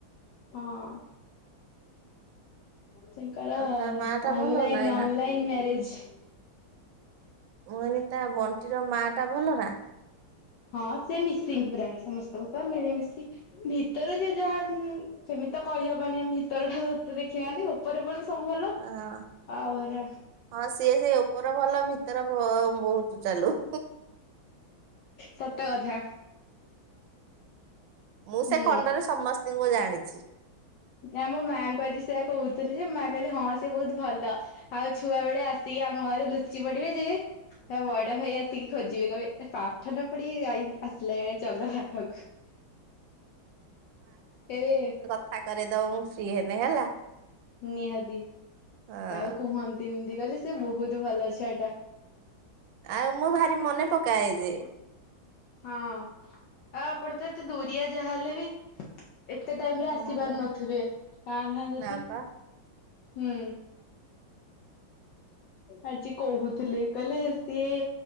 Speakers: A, on the left (about 70°); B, on the right (about 75°).
A: ହଁ ତାଙ୍କର
B: ଆଉ ତା ମା ଟା
A: ଅନଲାଇନ
B: ଭଲ ନାଇଁ ନା ଏଇନା।
A: ଅନଲାଇନ ମ୍ୟାରେଜ-
B: ମାନେ ତା ବଣ୍ଟିର ମା ଟା ଭଲ ନା
A: ହଁ ସେ ମିଶିଙ୍ଗ ପୁରା ସମସ୍ତଙ୍କୁ ତ ମିଳିମିଶି ଭିତରେ ଯିଏ ଯାହା ସେମିତି ତ କହିହବନି ଆମେ ଭିତର ଟା ତତେ ଦେଖିନାହାନ୍ତି ଉପରେ ପରେ ସବୁ ଭଲ
B: ହଁ।
A: ଆଉ ହେରା
B: ହଁ ସିଏ ସେ ଉପର ଭଲ ଭିତର ବହୁତୁ ଚାଲୁ
A: ସତ କଥା
B: ମୁଁ
A: ହୁଁ
B: ସେ ଖଣ୍ଡରେ ସମସ୍ତଙ୍କୁ ଜାଣିଛି
A: ନା ମୋ ମାଆଙ୍କୁ ଆଜି ସେୟା କହୁଥିଲି ଯେ ମାଆ କହିଲେ ହଁ ସେ ବହୁତୁ ଭଲ। ଆଉ ଛୁଆ ବେଳେ ଆସିକି ଆମ ଘରେ ଲୁଚି ପଡିବେ ଯେ ହ ବଇଡା ଭାଇ ଆସିକି ଖୋଜିବେ କବେ ପାଠ ନ ପଢିକି ଗାଇଲେ ଆସିଲା ଏେ ଚଗକୁ କେବେ
B: କଠା କରିଦବ ମୁଁ ଫ୍ରି ହେନି ହେଲା।
A: ନିହାତି
B: ହଁ
A: ଆଉ କୁହନ୍ତି ଏମିତି କହିଲେ ସେ ବହୁତ ଭଲ ଛୁଆଟା।
B: ଆଉ ମୁଁ ଭାରି ମନେ ପକାଏ ଯେ।
A: ହଁ ଆଉ ଆପଣ ତ ଏତେ ଦୁରିଆ ଯାହା ହେଲେ ବି ଏତେ ଟାଇମ
B: ହୁଁ
A: ରେ ଆସି ପାରୁନଥିବେ କାଁ ଭାଁ ଯଦି
B: ନା ପା।
A: ହୁଁ ଆଜି କହୁଥିଲେ କହିଲେ
B: ହୁଁ
A: ସିଏ